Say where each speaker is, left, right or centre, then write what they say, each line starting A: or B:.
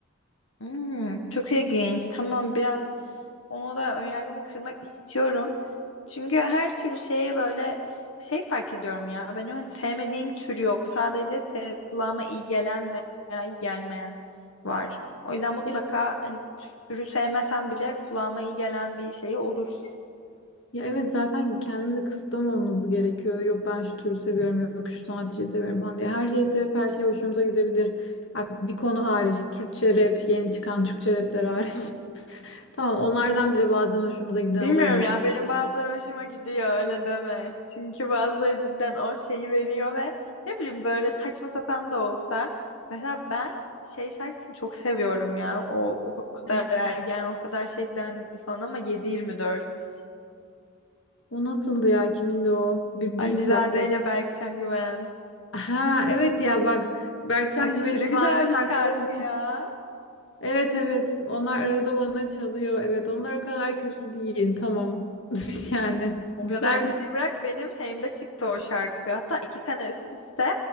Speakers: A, on the left; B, on the left.
A: Hmm, çok ilginç. Tamam biraz ona da önyargımı kırmak istiyorum. Çünkü her türlü şeye böyle şey fark ediyorum ya. Ben o hani sevmediğim tür yok. Sadece sev, kulağıma iyi gelen veya iyi gelmeyen var. O yüzden mutlaka
B: Ya
A: hani türü sevmesem bile kulağıma iyi gelen bir şey olur.
B: Ya evet zaten kendimizi kısıtlamamamız gerekiyor. Yok ben şu türü seviyorum, yok şu sanatçıyı seviyorum falan diye. Her şeyi sevip her şey hoşumuza gidebilir. Ha, Bir konu hariç, Türkçe rap, yeni çıkan Türkçe rapler hariç. <laughs> Tamam onlardan bile bazen hoşumuza giden
A: Bilmiyorum
B: olabilir.
A: ya benim bazıları hoşuma gidiyor öyle deme. Çünkü bazıları cidden o şeyi veriyor ve ne bileyim böyle saçma sapan da olsa. Mesela ben şey şarkısını çok seviyorum ya. O, o kadar
B: Ne?
A: ergen o kadar şey dendi falan ama 7 dört
B: O nasıldı ya? Kimindi o? Bir
A: Alizade
B: beat var. bak.
A: ile Berkcan Güven.
B: Ha evet ya bak Berkcan
A: Aşırı
B: Güven'in
A: güzel
B: bazı
A: bir şarkı
B: şarkıları.
A: ya.
B: Evet evet onlar arada bana çalıyor. Evet onlar o kadar kötü değil. Tamam <laughs> yani
A: O
B: güzel
A: kadar kötüyü bırak benim şeyimde çıktı o şarkı. Hatta iki sene üst üste